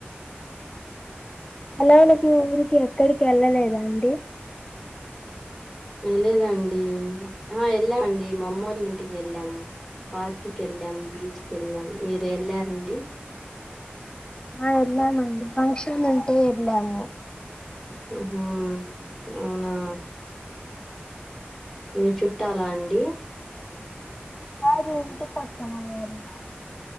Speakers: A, on the left (about 20°); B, in the centre.
A: సెలవులకి ఊరికి ఎక్కడికి ఎళ్ళలేదా అండి
B: లేదండి ఆ ఎళ్ళా అండి మా అమ్మోలింటికి ఎళ్ళాం పార్క్కి వెళ్ళాం బీచ్ కెళ్ళాం మీరు ఎళ్ళారండి
A: ఆ ఎల్లామండి ఫంక్షన్ ఉంటే ఎళ్ళాము
B: మ్మ్ హ్మ్ అవునా మీ చుట్టాలా అండి
A: కాదు ఇంటి పక్కన ఉన్నా వాళ్ళు